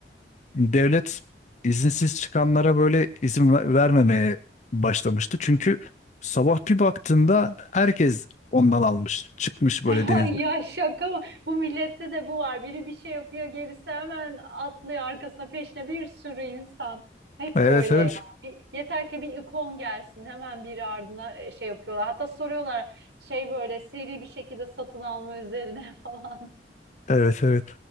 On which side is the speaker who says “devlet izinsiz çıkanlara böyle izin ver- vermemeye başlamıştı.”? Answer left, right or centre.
Left